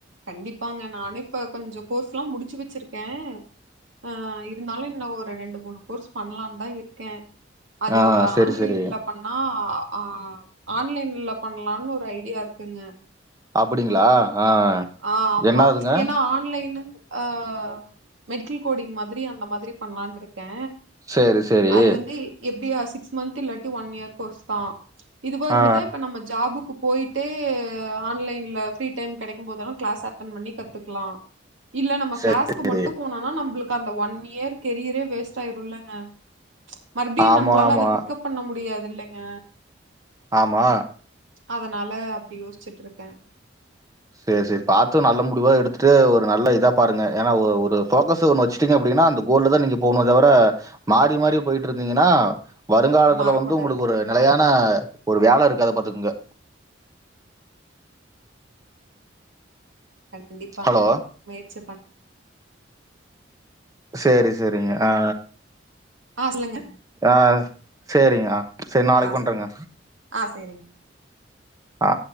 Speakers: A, on the right; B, on the right.
A: கண்டிப்பாங்க நானு இப்ப கொஞ்சோ கோர்ஸ்ல்லா முடிச்சு வெச்சிருக்கே அ இருந்தாலு இன்னு ஒரு ரெண்டு மூணு கோர்ஸ் பண்லான் தா இருக்கே அது
B: ஆ சேரி
A: ஆன்லைன்ல
B: சேரி
A: பண்ணா ஆ ஆன்லைன்ல பண்லான் ஒரு ஐடியா இருக்குங்க
B: அப்படிங்ளா ஆ
A: அ ஆம்மா
B: என்னாதுங்க
A: ஏன்னா ஆன்லைனு ஆ மெடிக்கில் கோடிங் மாதிரி அந்த மாதிரி பண்லான்ட்ருக் கே
B: சேரி சேரி
A: அது வந்து எப்டியா சிக்ஸ் மந்த்து இல்லாட்டி ஒன் யேர் கோஸ்தா இதுவா இருந்துட்டா
B: ஆ
A: இப்ப நம்ம ஜாபுக்கு போயிட்டே ஆன்லைன்ல ஃப்ரீ டைம் கெடைக்கும் போதெல்லா க்ளாஸ் அட்டன் பண்ணி கத்துக்லா இல்ல நம்ம
B: சேரி
A: க்ளாஸ்க்கு
B: சேரி
A: மட்டு போனோனா நம்ப்ளு க் அந்த ஒன் இயர் கெரியரே வேஸ்ட் ஆய்ருல்லங்க மறுப்டியு
B: ஆமா
A: நம்ப்ளால
B: ஆமா
A: அத பிக்கப் பண்ண முடியாது இல்லைங்க
B: ஆமா
A: அதனால அப்டி யோஸ்ச்சுட்ருக்கே
B: செரி செரி பாத்து நல்ல முடிவா எடுத்துட்டு ஒரு நல்ல இதா பாருங்க ஏனா ஒ ஒரு ஃபோக்கஸு ஒன்னு வெச்ட்டீங்க அப்டி னா அந்த கோல்லதா நீங்க போனுமே தவர மாறி மாறி போய்ட்ருந்தீங்கன்னா வருங்காலத்துல
A: மாறக்கூடாது
B: வந்து உங்குளுக் ஒரு நெலையா ன ஒரு வேல இருக்காது பாத்துக்குங்க
A: கண்டிப்பாங்க
B: ஹலோ
A: முயற்சி பண்ற
B: செரி செரிங்க ஆ
A: அ சொல்லுங்க
B: ஆ செரிங்க அ செரி நாளைக்
A: ஆ
B: பண்றேங்க
A: சேரி ஆ சேரிங்க
B: அ